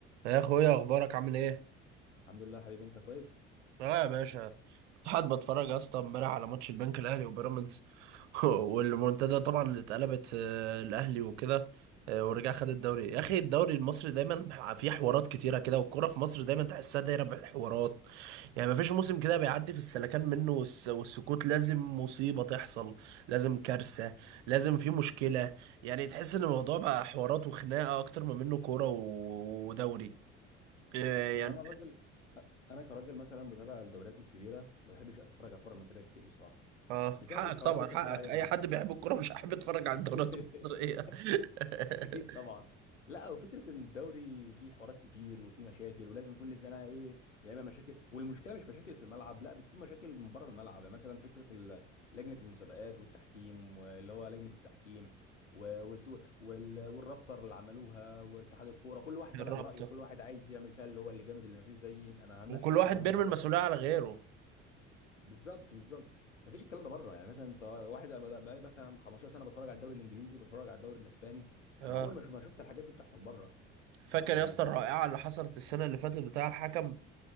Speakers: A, on the right; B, on the left.
A: يا اخويا اخبارك عامل ايه
B: الحمد لله حبيبي انت كويس
A: اه يا باشا كنت قاعد بتفرج يا اسطى امبارح على ماتش البنك الاهلي وبيراميدز <laughs> والمنتدى طبعا اللي اتقلبت آه، الاهلي وكده آه، ورجع خد الدوري يا اخي الدوري المصري دايما فيه حوارات كتيره كده والكوره في مصر دايما تحسها دايره بالحوارات يعني مفيش موسم كده بيعدي في السلكان منه والس- والسكوت لازم مصيبه تحصل لازم كارثه لازم في مشكله يعني تحس ان الموضوع بقى حوارات وخناقه اكتر ما منه كوره و- ودوري آه، يعني
B: يعني انا راجل انا كراجل مثلا متابع للدوريات الكبيره ما بحبش اتفرج على الكره المصريه كتير بصراحه
A: اه
B: بسبب
A: حقك
B: الحوارات
A: طبعا
B: اللي انت
A: حقك
B: بتقول عليها
A: اي
B: دي
A: حد بيحب الكوره مش هيحب يتفرج على
B: <laughs>
A: الدوريات المصريه <laughs>
B: اكيد طبعا لا وفكره ان الدوري فيه حوارات كتير وفيه مشاكل ولازم كل سنه ايه يا اما مشاكل والمشكله مش مشاكل في الملعب لا بتكون مشاكل من بره الملعب يعني مثلا فكره ال- لجنه المسابقات والتحكيم اللي هو لجنه التحكيم و- والتو- وال- والرابطه اللي عملوها واتحاد الكوره كل واحد
A: الرابطه
B: طالع برايه وكل واحد عايز يعمل فيها اللي هو اللي جامد اللي ما فيش زيي انا همشي
A: وكل
B: قراري
A: واحد
B: مهما
A: بيرمي
B: كان
A: المسؤوليه على غيره
B: بالظبط بالظبط مفيش الكلام ده بره يعني مثلا انت واحد انا بقى لي مثلا 15 سنه بتفرج على الدوري الانجليزي وبتفرج على الدوري الاسباني
A: اه
B: انا عمري ما شف- ما شفت الحاجات دي بتحصل بره
A: فاكر
B: يعني
A: يا اسطى الرائعه
B: آه،
A: اللي حصلت السنه اللي فاتت بتاع الحكم